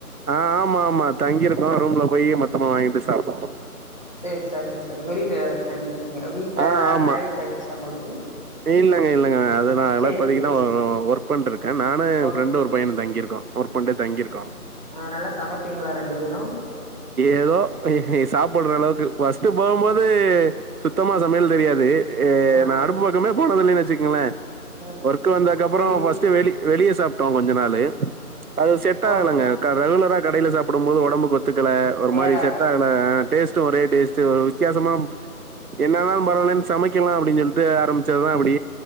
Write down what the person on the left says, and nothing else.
சேர் சரிங்க சரிங்க வெளில தங்கிருக்கீங்க வீட்டுல
க
மேரேஜ் ஆயிருச்சா உங்களுக்கு
சேரி
சேரி
சேரி
ஒர்க்
அ நல்லா சமப்பிங்ளா ரெண்டு பேரு
ஆ
ஆ
இப்ப
போய்
இப்போ
சேராது